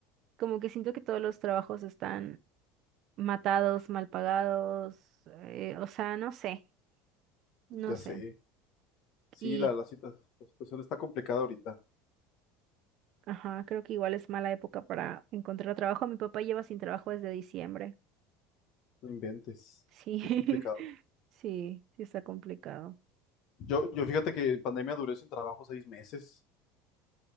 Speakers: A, on the right (about 40°); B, on the left (about 40°).
A: como que siento que todos los trabajos están matados, mal pagados, eh, o sea, no sé, no
B: Ya
A: sé.
B: sé. Sí,
A: Y,
B: la, la cita- la situación está complicada ahorita.
A: ajá, creo que igual es mala época para encontrar trabajo. Mi papá lleva sin trabajo desde diciembre.
B: No inventes.
A: Sí, <laughs>
B: Qué complicado.
A: sí, sí está complicado.
B: Yo, yo fíjate que en pandemia duré sin trabajo seis meses.